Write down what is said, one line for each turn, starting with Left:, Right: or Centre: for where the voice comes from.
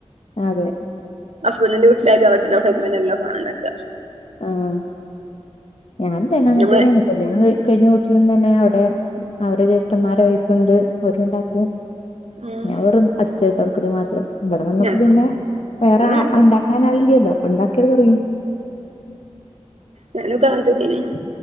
Left: അതെ
Right: ഹസ്ബന്റിന്റെ വീട്ടിലായാലും അങ്ങൻത്തെന്നെ അവടെ <unintelligible> എല്ലാ സാനും ണ്ടാക്ക
Left: ആഹ് ഞാനും തെന്നെ അങ്ങൻത്തെന്നെന്നു
Right: നമ്മളെ
Left: കല്യാണം കഴി കഴിഞ്ഞ വീട്ടിലും തന്നെ അവടെ അവരെ ജ്യേഷ്ഠമ്മാരെ വൈഫ്ണ്ട് അവരുണ്ടാക്കും
Right: ഉം
Left: ഞാൻ വെറും അടിച്ച് വാരി തൊടക്കല് മാത്രം ഇവടെ വെന്നപ്പോ
Right: ഞാനും
Left: പിന്നെ വേറെ
Right: അങ്ങൻതന്നെ
Left: ഒണ്ടാ കാരണം അത് ല്ലല്ലോ ഉണ്ടാക്കല് തൊടങ്ങി
Right: ഞാനൊക്കെ അങ്ങൻ തെന്നെനി